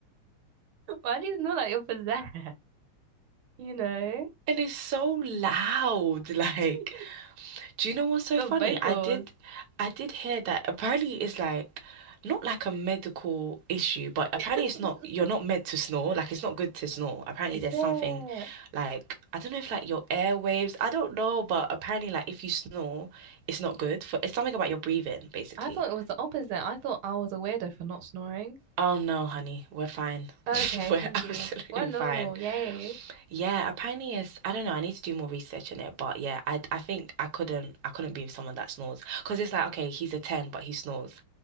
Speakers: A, on the right (about 75°); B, on the right (about 55°).
A: Why do you snore like you're possessed? You know,
B: And it's so loud,
A: <laughs>
B: <laughs> like Do you know what's so
A: the
B: funny?
A: vocals.
B: I did, I did hear that apparently it's like not like a medical issue, but apparently
A: <laughs>
B: it's not. You're not meant to snore. Like it's not good to snore. Apparently
A: Is
B: there's
A: there?
B: something, like I don't know if like your airwaves. I don't know, but apparently like if you snore, it's not good for. It's something about your breathing, basically.
A: I thought it was the opposite. I thought I was a weirdo for not snoring.
B: Oh no, honey, we're fine.
A: Okay,
B: <laughs> We're
A: thank
B: absolutely
A: you. We're normal.
B: fine.
A: Yay.
B: Yeah, apparently it's, I don't know, I need to do more research on it, but yeah, I I think I couldn't I couldn't be with someone that snores because it's like, okay, he's a 10 but he snores.